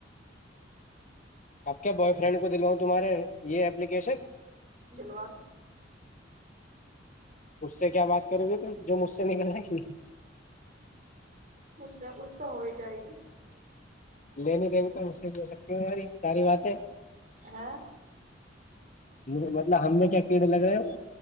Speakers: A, on the left; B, on the right.
A: اب کیا بوائے فرینڈ کو دلواؤں تمہارے یہ اپلیکیشن
B: جلوا د
A: مجھ سے کیا بات کرو گے تم جو مجھ سے نکلا کی
B: کچھ نہ کچھ تو ہو ہی جائے گی جھ
A: لینی دین تو مجھ سے بھی ہو سکتی ہوں تاری ساری باتیں
B: ہاں
A: مطلب ہم نے کیا کیڑے لگ رہے ہیں